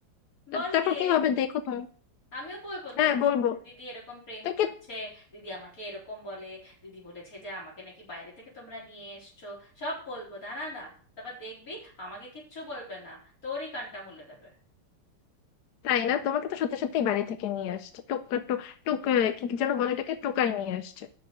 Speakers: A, on the left; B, on the left.
A: তা-
B: বল
A: তারপর
B: গিয়ে
A: কি হবে দেখো তুমি
B: আমিও বলবো
A: হ্যাঁ
B: তো
A: বলবো
B: দিদি এরকম প্রেম
A: তো
B: করছে
A: কি
B: দিদি আমাকে এরকম বলে দিদি বলেছে যে আমাকে নাকি বাইরে থেকে তোমরা নিয়ে এসছো সব বলবো দাঁড়া না তারপর দেখবি আমাকে কিচ্ছু বলবে না তোরই কানটা মুলে দেবে
A: তাই না তোমাকে তো সত্যি সত্যি বাড়ি থেকে নিয়ে আসছে টোক টো- টোক আহ, কি যেন বলে এটাকে টোকাই নিয়ে আসছে